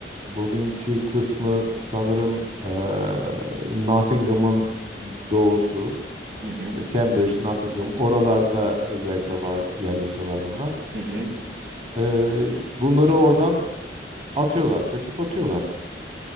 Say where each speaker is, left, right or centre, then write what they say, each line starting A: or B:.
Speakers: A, on the right; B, on the right.
A: bugünkü kısmı sanırım eee, Nottingham'ın doğusu
B: hı hı,
A: işte Cambridge, Nottingham oralarda özellikle var yerleşiyorlar bunlar.
B: hı hı.
A: Eee, bunları oradan atıyorlar, söküp atıyorlar.